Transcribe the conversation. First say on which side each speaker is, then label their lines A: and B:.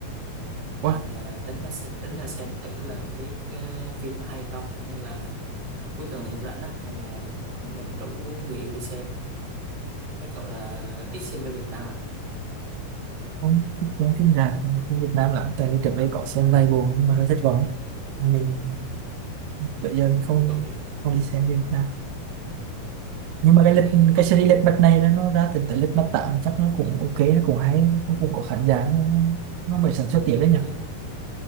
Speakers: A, on the right; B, on the right.
A: Nên là
B: Ủa,
A: tính là sẽ- tính là xem thử là không biết ờ, phim nó hay không nên là cuối tuần này cũng rảnh á nên là cũng định rủ người yêu đi xem thế cậu là ít xem với Việt Nam à
B: không thích xem phim rạp, phim Việt Nam lắm. Tại vì trước đây có xem vài bộ nhưng mà hơi thất vọng ấy. Mình
A: Ờ,
B: bây giờ mình không
A: thế cậu chịu
B: không đi xem phim Việt Nam. Nhưng
A: ừ,
B: mà cái lịch
A: thế thế
B: cái
A: cậu
B: series
A: chịu
B: Lật Mặt này nó nó ra từng tới Lật Mặt 8 chắc nó cũng ok, nó cũng hay, nó cũng có khán giả, nó, nó mới sản xuất
A: ừ,
B: tiếp đấy nhỉ?
A: trước